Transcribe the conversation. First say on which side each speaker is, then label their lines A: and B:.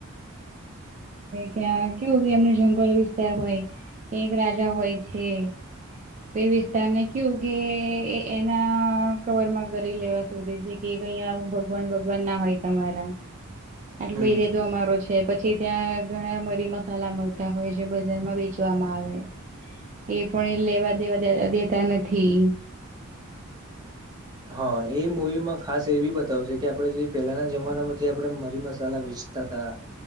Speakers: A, on the right; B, on the right.
A: ક્યાં કેવું કે એમનું જંગલ વિસ્તાર હોય એક રાજા હોય છે તો એ વિસ્તાર ને કવું કે એના કવરમાં કરી લેવા શોધે છે કે કહીયા ભગવાન ભગવાન ના હોય તમારા આટલો
B: હમ
A: એરિયા તો અમારો છે પછ પછ ત્યાં ઘણા મરી મસાલા મળતા હોય જે બજારમાં વેચવામાં આવે એ પણ લેવા દેવાે દેતા નથી
B: હા એ મુૂવી માં ખાસ એવી બતાવ છે કે આપડે જે પેલાના જમાનામાં જે આપણેે મરી મસાલા વેચ તથા